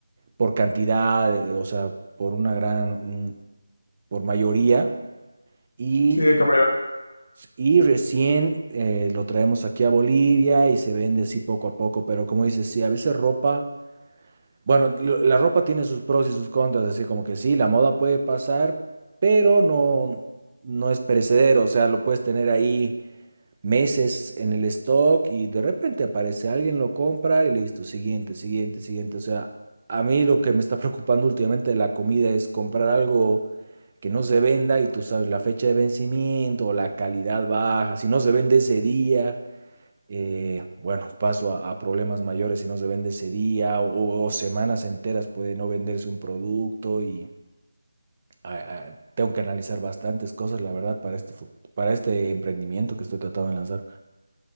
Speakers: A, on the right (about 30°); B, on the left (about 65°).
A: por cantidad, eh, o sea, por una gran, un- por mayoría, y,
B: Sí, de que
A: y recién eh, lo traemos aquí a Bolivia y se vende así poco a poco, pero como dices, sí, a veces ropa, bueno, lo- la ropa tiene sus pros y sus contras, así como que sí, la moda puede pasar, pero no, no es perecedero, o sea, lo puedes tener ahí meses en el stock y de repente aparece alguien, lo compra y listo, siguiente, siguiente, siguiente. O sea, a mí lo que me está preocupando últimamente de la comida es comprar algo que no se venda y tú sabes la fecha de vencimiento o la calidad baja, si no se vende ese día. eh, bueno, paso a, a problemas mayores si no se vende ese día o, o semanas enteras puede no venderse un producto y ah, ah, tengo que analizar bastantes cosas, la verdad, para este, fu- para este emprendimiento que estoy tratando de lanzar.